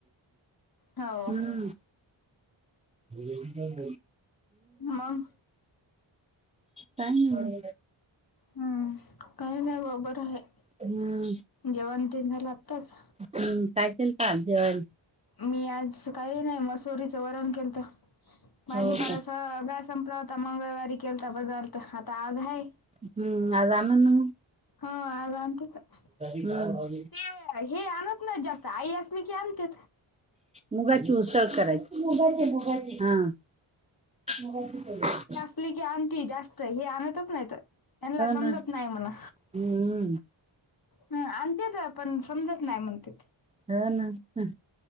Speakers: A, on the left (about 45°); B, on the right (about 15°).
A: हो
B: हम्म. हम्म,
A: मग
B: काय म्हण?
A: हम्म, काही नाही बा बर आहे.
B: हम्म.
A: जेवण तेन झालं आत्ताच.
B: हम्म, काय केलंत आज जेवायले?
A: मी आज काही नाही मसोरीचं वरण केलंत भाजीपाला
B: हो का
A: सगळा संपला होता मंगळवारी केलता बजार आता आज आहे.
B: हम्म आज आला नाही मग.
A: हम्म, आज आमचे ते
B: हम्म
A: हे आणत नाही जास्त आई असली की आणते
B: मुगाची उसळ करायचीगा मुगाची हा <inaudible>
A: आपली की आणती जास्त हे आणतच तर यांना समजत
B: ना
A: नाही म्हणा
B: हम्म
A: ह आणि ते तर पण समजत नाही म्हणते
B: हा ना ह